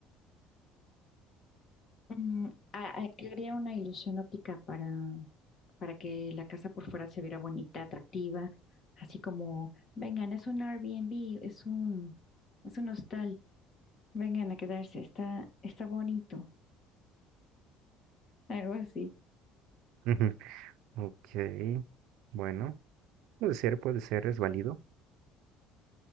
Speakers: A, on the left; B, on the right.
A: Mm, a- a- crearía una ilusión óptica para, para que la casa por fuera se viera bonita, atractiva, así como, vengan, es un Airbnb, es un, es un hostal, vengan a quedarse, está, está bonito, algo así.
B: <laughs> Ok. Bueno, puede ser, puede ser, es válido.